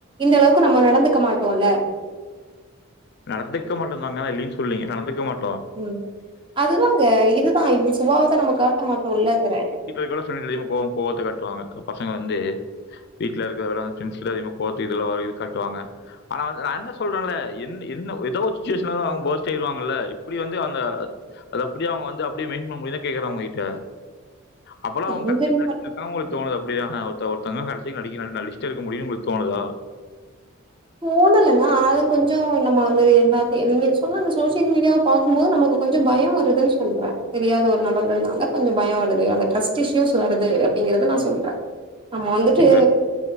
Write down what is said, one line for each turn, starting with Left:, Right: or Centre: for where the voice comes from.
Right: இந்தளவுக்கு நம்ம நடந்துக்க மாட்டோல்ல
Left: நடந்துக்க மாட்டோந்தாங்க நா இல்லைன் சொல்லீங்க நடந்துக்க மாட்டோ
Right: ம் அதுதாங்க இதுதா இந்த சுபாவத்தா நம்ம காட்ட மாட்டோல்லங்றே
Left: இப்ப இது கூட ஃப்ரெண்ட்ஸ் அதிகமா கோவம் கோவத்த காட்டுவாங்க பசங்க வந்து வீட்ல இருக்குறத விட ஃப்ரெண்ட்ஸ் கிட்ட அதிகமா கோவத்தல இதெல்லா இது காட்டுவாங்க ஆனா அது நா தா சொல்றன்ல எந் என்ன எதோ ஒரு சுச்சுவேஷன்ல்ல அவங்க போஸ்ட் ஆயடுவாங்கல்ல இப்டி வந்து அந்த அது அப்டியே அவங்க வந்து அப்டியே மெயின் பண்ண முடிதா கேக்குறா உங்க கிட்ட அப்பலா
Right: எங்கன்னு
Left: அவங்க க <unintelligible>
Right: பா
Left: தா உங்குளுக்கு தோணது அப்படிதான ஒருத்த ஒருத்தங்க கடைசி நடிக்கிற ஆளு நடிச்சிட்டே இருக்க முடியுன் உங்குளுக்கு தோணுதா
Right: தோணலங்க ஆனாலு கொஞ்சோ நம்ம வந்து என்னா தி நீங்க சொன்ன அந்த சோஷியல் மீடியாவ பாக்கும்போது நமக்கு கொஞ்சோ பயோ வருதுன் சொல்ற தெரியாத ஒரு நபர்கள்னால கொஞ்சோ பயோ வருது அந்த ட்ரஸ்ட் இஷ்யூஸ் வருது அப்டிங்கறத நா சொல்ற நம்ம வந்துட்டு
Left: இப்ப